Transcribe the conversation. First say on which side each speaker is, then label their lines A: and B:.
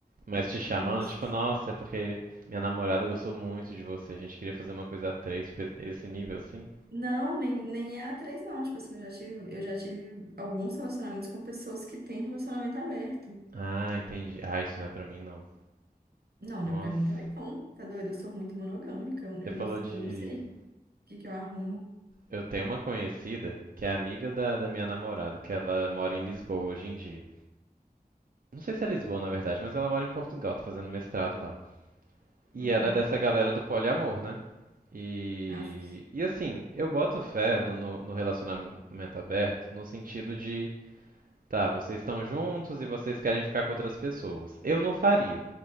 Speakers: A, on the right; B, on the right.
A: Mas te chamando,
B: Nossa.
A: tipo, nossa, é porque minha namorada gostou muito de você. A gente queria fazer uma coisa a três, tipo, esse nível assim.
B: Não, nem, nem é a três não. Tipo assim, eu já tive, eu já tive alguns relacionamentos com pessoas que têm relacionamento aberto.
A: Ah, entendi. Ah, isso não é pra mim, não.
B: Não, não
A: Nossa.
B: é pra mim também não. Tá doido? Eu sou muito monogâmica. Eu,
A: Você
B: eu
A: falou
B: não,
A: de.
B: eu não sei o que, que eu arrumo.
A: Eu tenho uma conhecida que é amiga da, da minha namorada, que ela mora em Lisboa hoje em dia. Não sei se é Lisboa, na verdade, mas ela mora em Portugal, tá fazendo mestrado lá. E
B: Uhum.
A: ela é dessa galera do poliamor, né? E,
B: Aff.
A: e assim, eu boto fé no, no, no relacionamento aberto no sentido de Tá, vocês estão juntos e vocês querem ficar com outras pessoas. Eu não faria,